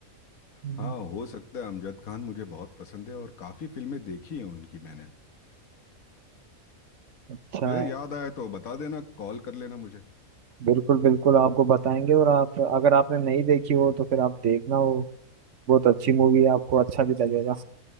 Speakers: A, on the right; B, on the left.
A: हम्म,
B: हाँ हो सकता है अमजद खान मुझे बहुत पसंद है और काफ़ी फिल्में देखी हैं उनकी मैंने
A: अच्छा
B: ये याद आया तो बता देना कॉल कर लेना मुझे
A: बिल्कुल बिल्कुल आपको बताएंगे और आप अगर आपने नहीं देखी हो तो फिर आप देखना हो बहुत अच्छी मूवी है आपको अच्छा भी लगेगा